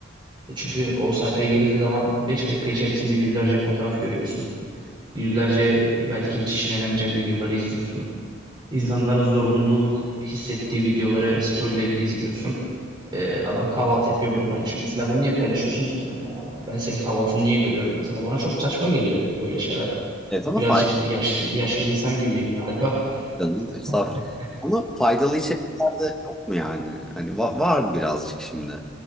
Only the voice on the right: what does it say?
E, Çünkü o sayfaya girdiğin zaman 5 dakika içerisinde yüzlerce fotoğraf görüyorsun. Yüzlerce belki hiç işine yaramayacak videoları izliyorsun. İnsanların zorunluluk hissettiği videoları, storyleri izliyorsun. Ee, adam kahvaltı yapıyor, bunu paylaşıyor. Mesela bunu niye paylaşıyorsun ki benimle? Yani ben senin kahvaltını niye görüyorum mesela? Bana çok saçma geliyor böyle şeyler.
Birazcık
bir yaşlı, yaşlı insan gibiyim galiba.
<laughs>